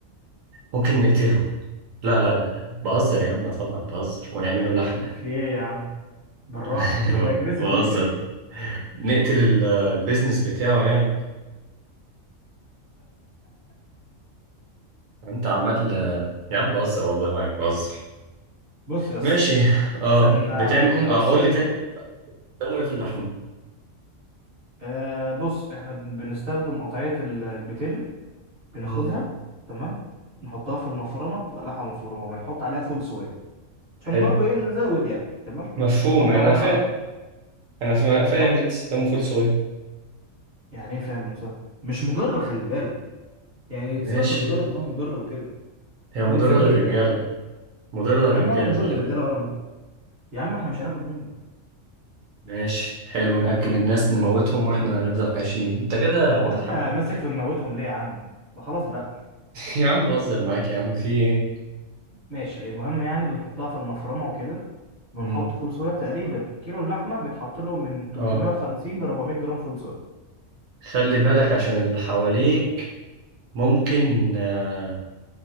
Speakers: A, on the right; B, on the right.
A: ممكن نقتله لا لا لا لا بهزر يا عم طبعا بهزر ونعمله
B: آه،
A: لحمة
B: في ايه يا عم بالراحة
A: <laughs>
B: <laughs> انت اجريسيف
A: بهزر
B: ليه كده
A: نقتل ال- البيزنس بتاعه يعني انت عمال يا عم بهزر والله معاك بهزر
B: بص يس
A: ماشي اه
B: عشان
A: بتعمل
B: آه، نكون
A: اه
B: بس
A: قول
B: ايه
A: لي تاني قدامه ايه في اللحمة
B: آه بص احنا بن- بنستخدم قطعية ال- البتلو بناخدها
A: مم.
B: تمام نحطها في المفرمة بتبقى لحمة مفرومة بنحط عليها فول صويا عشان
A: حلو
B: برضو ايه نزود يعني تمام
A: مفهوم
B: بنحط
A: انا
B: عليها
A: فاهم انا فا-
B: وبنحط
A: فاهم ليه بتستخدمه فول صويا
B: يعني ايه فاهم يا صاحبي مش مضر خلي بالك يعني
A: ماشي
B: سيبك من اللي يقول لك ان هو مضر وكده
A: هي مضرة
B: ده مفيد
A: للرجالة
B: جدا على فكره
A: مضرة
B: يا
A: للرجالة
B: عم ولا مضر
A: خلي
B: الرجاله
A: بالك
B: ولا مضر يا عم احنا مش هناكل منه
A: ماشي حلو نأكل الناس نموتهم واحنا نفضل عايشين انت كده
B: هو
A: بتتحكم
B: انت ماسك في مموتهم ليه يا عم ما خلاص بقى
A: يا عم بهزر معاك يا عم في ايه
B: ماشي المهم يعني بنحطها في المفرمه وكده بنحط
A: مم.
B: فول صويا تقريبا كيلو اللحمه بيتحط له من 350
A: اه
B: ل 400 جرام فول صويا
A: خلي بالك عشان اللي حواليك ممكن آه.